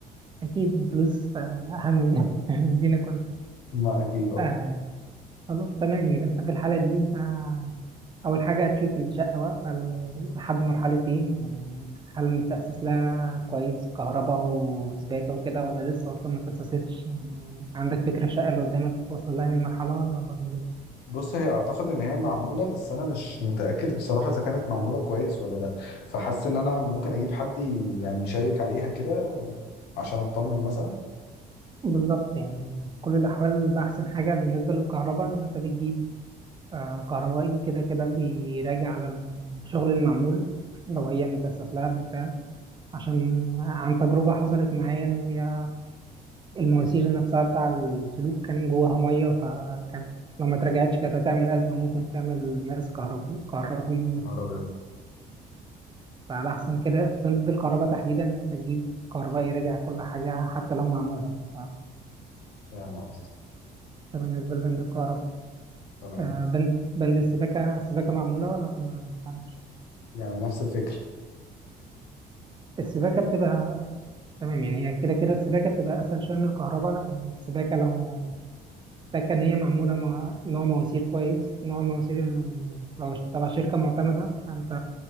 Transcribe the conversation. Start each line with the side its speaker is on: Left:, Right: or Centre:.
Right: فاكيد الفلوس آه، اهم لينا <laughs> لينا
Left: ما اكيد اه
Right: كلنا خلاص تمام يبقى انت في الحالة دي انت اول حاجة هتشوف الشقة واقفة ل- لحد مرحلة ايه يعني هل متأسس لها كويس كهرباء وسباكة وكده ولا لسه اصلا ما تأسستش يعني عندك فكرة الشقة اللي قدامك واصلة لها اي مرحلة ولا برضه
Left: بص هي اعتقد ان هي معموله بس انا مش متاكد بصراحه اذا كانت معموله كويس ولا لا فحاسس ان انا ممكن اجيب حد ي- يعني يشيك عليها كده عشان اطمن مثلا
Right: بالظبط يعني في كل الاحوال احسن حاجة بالنسبة للكهرباء ان انت بتجيب آه، كهربائي كده كده بيراجع على الشغل المعمول لو هي متأسس لها بالفعل عشان عن تجربة حصلت معايا ان هي المواسير نفسها بتاع السلوك كان جواها ميه فكانت لما اترجعتش كانت هتعمل ازمه ممكن تعمل ناس كهربي كهربي و...
Left: يا نهار ابيض
Right: فعلى احسن كده بند الكهرباء تحديدا ان انت تجيب كهرباء يرجع كل حاجه حتى لو معموله ف-
Left: فاهم قصدي
Right: ده بالنسبه لبند الكهرباء
Left: تمام
Right: آه، بند بند السباكه السباكه معموله ولا ما تعرفش
Left: يعني نفس الفكر
Right: السباكه بتبقى تمام يعني هي كده كده السباكه بتبقى اسهل شويه من الكهرباء لان السباكه لو فاكر إن هي معمولة مع نوع مواسير كويس نوع المواسير ال- لو ش- تبع شركة معتمدة فأنت